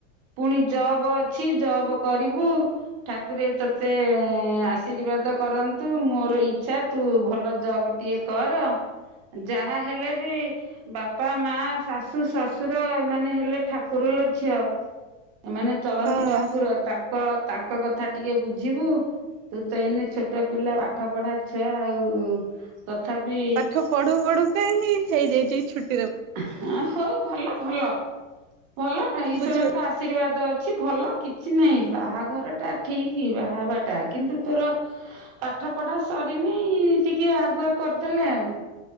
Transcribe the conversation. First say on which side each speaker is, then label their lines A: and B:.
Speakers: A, on the right; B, on the right.
A: ପୁଣି ଜବ ଅଛି ଜବ କରିବୁ। ଠାକୁରେ ତୋତେ ଅଁ, ଆଶୀର୍ବାଦ କରନ୍ତୁ ମୋର ଇଚ୍ଛା ତୁ ଭଲ ଜବ୍ ଟିଏ କର, ଯାହା ହେଲେ ବି ବା ପା ମା ଶାଶୁ ଶଶୁର ଏ ମାନେ ହେଲେ ଠାକୁର ଲୋ ଝିଅ। ଏମାନେ ଚଳନ୍ତି
B: ହଁ।
A: ଠାକୁର, ତାଙ୍କ ତାଙ୍କ କଥା ଟିକେ ବୁଝିବୁ। ତୁ ତ ଏଇନେ ଛୋଟ ପିଲା ପାଠ ପଢା ଛୁଆ ଆଉ ଉଁ,। ତଥାପି
B: ପାଠ ପଢୁ ପଢୁ କା ହିଁ ହେଇଯାଇଚି ଏଇ ଛୁ
A: ହଁ ହଉ ଭଲ ଭଲ ଭଲ ତ ଈଶ୍ୱରଙ୍କ
B: ବୁଝିବ
A: ଆଶୀର୍ବାଦ ଅ ଛି ଭଲ କିଛି ନାହିଁ, ବାହାଘର ଟା ଠିକି ବାହା ହବା ଟା କିନ୍ତୁ ତୋର ପାଠ ପଢା ସରିନି ଟିକେ ଆଗୁଆ କରିଦେଲେ ଆଉ।